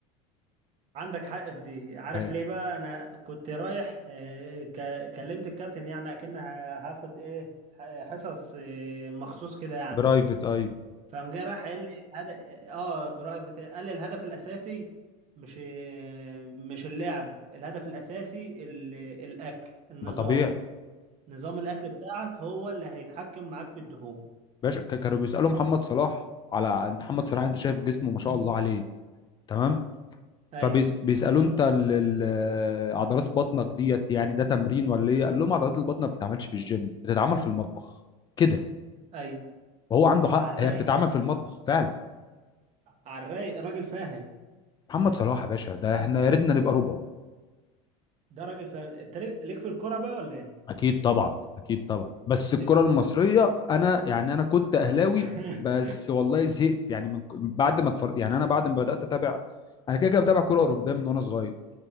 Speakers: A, on the right; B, on the left.
A: عندك حق في دي عارف
B: اي
A: ليه بقى انا كنت رايح آه، ك... كلمت الكابتن يعني اكن ه- هاخد ايه ح- حصص آه، مخصوص كده يعني
B: برايفت اي
A: فقام جاي راح قال لي هدف اه برايفت قال لي الهدف الاساسي مش آه، مش اللعب الهدف الاساسي ال... الاكل النظام
B: ما طبيعي
A: نظام الاكل بتاعك هو اللي هيتحكم معاك في الدهون
B: باشا ك- كانوا بيسالوا محمد صلاح على محمد صلاح انت شايف جسمه ما شاء
A: مم.
B: الله عليه تمام
A: ايوه
B: فبيسالوا
A: ان شاء الله
B: انت ال- ال- عضلات بطنك ديت يعني ده تمرين ولا ايه قال لهم عضلات البطن ما بتتعملش في الجيم بتتعمل في المطبخ كده
A: ايوه
B: وهو عنده حق
A: على الرايق
B: هي بتتعمل في المطبخ فعلا
A: على الرايق راجل فاهم
B: محمد صلاح يا باشا ده احنا يا ريتنا نبقى ربعه
A: ده راجل فاهم انت ليك ليك في الكوره بقى ولا ايه؟
B: اكيد طبعا اكيد طبعا بس الكره
A: ليك-
B: المصريه
A: <laughs>
B: انا يعني انا كنت اهلاوي
A: نعم.
B: بس والله زهقت يعني من بعد ما اتفرج يعني انا بعد ما بدات اتابع انا كده كده بتابع كره اوروبيه من وانا صغير